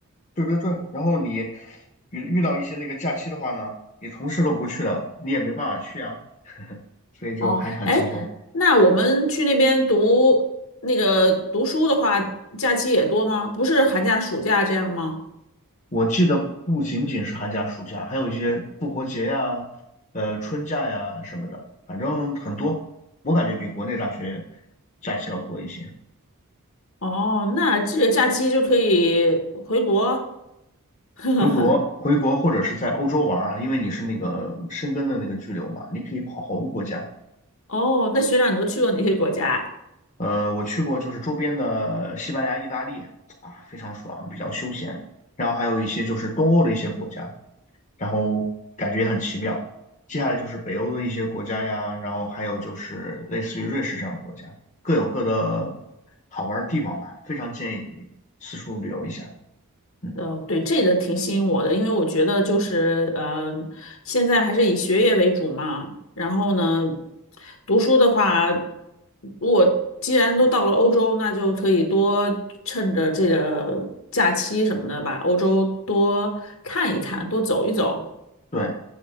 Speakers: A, on the left; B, on the left.
A: 对对对，然后你遇遇到一些那个假期的话呢，你同事都不去了，你也没办法去啊，所以就还是很轻松。
B: 哦，哎，那我们去那边读那个读书的话，假期也多吗？不是寒假、暑假这样吗？
A: 我记得不仅仅是寒假、暑假，还有一些复活节呀、呃春假呀什么的，反正很多。我感觉比国内大学假期要多一些。
B: 哦，那这个假期就可以回国。<laughs>
A: 回国，回国或者是在欧洲玩儿啊，因为你是那个申根的那个居留嘛，你可以跑好多国家。
B: 哦，那学长，你都去过哪些国家啊？
A: 呃，我去过就是周边的西班牙、意大利啊，非常爽，比较休闲。然后还有一些就是东欧的一些国家，然后感觉也很奇妙。接下来就是北欧的一些国家呀，然后还有就是类似于瑞士这样的国家，各有各的好玩的地方吧。非常建议你四处旅游一下。嗯，
B: 呃，对，这个挺吸引我的，因为我觉得就是，呃，现在还是以学业为主嘛。然后呢，读书的话，如果既然都到了欧洲，那就可以多趁着这个假期什么的，把欧洲多看一看，多走一走
A: 对。